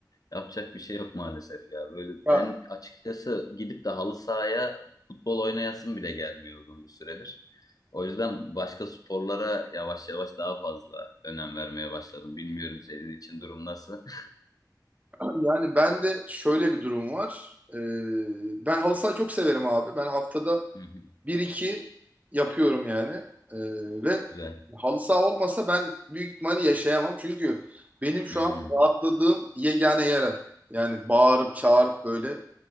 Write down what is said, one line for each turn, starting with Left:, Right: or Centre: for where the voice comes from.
Left: yapacak bir şey yok maalesef ya. Böyle
Right: Ya,
Left: ben açıkçası gidip de halı sahaya futbol oynayasım bile gelmiyor uzun bir süredir. O yüzden başka sporlara yavaş yavaş daha fazla önem vermeye başladım. Bilmiyorum senin için durum nasıl? <laughs>
Right: yani ben de şöyle bir durum var. Ee, ben halı saha çok severim abi. Ben haftada
Left: Hı hı,
Right: bir iki yapıyorum yani. Ee, ve
Left: Güzel.
Right: halı saha olmasa ben büyük ihtimalle yaşayamam. Çünkü benim şu
Left: Hı
Right: an rahatladığım yegane yer. Yani bağırıp çağırıp böyle